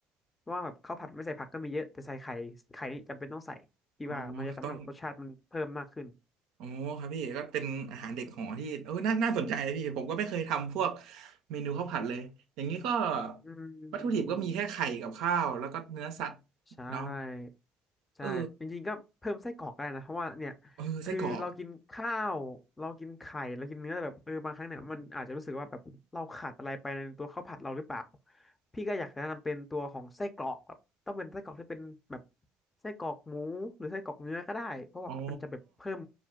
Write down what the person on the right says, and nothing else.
อ๋อต้องอ๋อครับพี่ก็เป็นอาหารเด็กหอที่เออน่าน่าสนใจนะพี่ผมก็ไม่เคยทำพวกเมนูข้าวผัดเลยอย่างนี้ก็
วัตถุดิบก็มีแค่ไข่กับข้าวแล้วก็เนื้อสัตว์เนาะ
เออเออไส้กรอก
อ๋อ